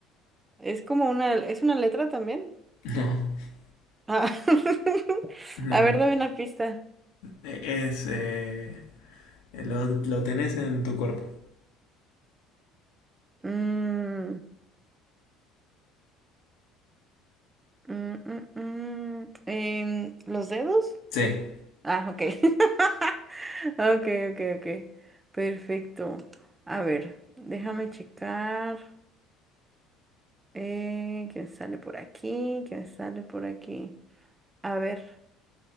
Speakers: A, on the right (about 20°); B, on the left (about 75°).
A: Es como una. ¿Es una letra también?
B: <laughs>
A: Ah. <laughs>
B: No,
A: A
B: no,
A: ver,
B: no.
A: dame una pista.
B: E- Es, eh, lo, lo tenés en tu cuerpo.
A: Mm, mm, mm, mm. Em, ¿los dedos?
B: Sí.
A: Ah, ok. <laughs> Ok, ok, ok. Perfecto. A ver, déjame checar. Eh, ¿qué me sale por aquí? ¿Qué me sale por aquí? A ver.